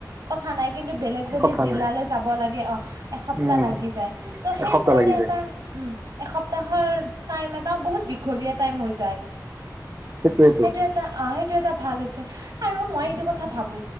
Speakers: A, on the right (about 70°); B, on the right (about 35°).
A: কথা নাই কিন্তু বেলেগ যদি
B: কথা
A: জিলালৈ
B: নাই
A: যাব লাগে অ এসপ্তাহ
B: উম
A: লাগি যায় ত' সেই
B: এসপ্তাহ
A: কাৰণে
B: লাগি যায়
A: এটা উম এসপ্তাহৰ টাইম এটা বহুত দীঘলীয়া টাইম হৈ যায়।
B: সেইটোৱেতো
A: সেইটো এটা অ সেইটো এটা ভাল হৈছে আৰু মই এইটো কথা ভাবো